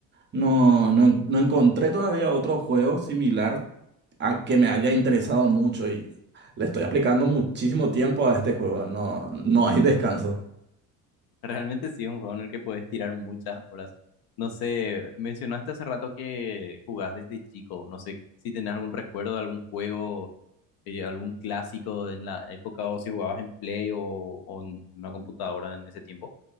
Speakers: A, on the right (about 30°); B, on the left (about 65°).
A: No, no, en- no encontré todavía otro juego similar a que me haya interesado mucho y le estoy aplicando muchísimo tiempo a este juego, no, no hay descanso.
B: Realmente sí es un juego en el que puedes tirar muchas horas. No sé, mencionaste hace rato que jugás desde chico. No sé si tenés algún recuerdo de algún juego, eh, algún clásico de en la época o si jugabas en Play o, o en una computadora en ese tiempo.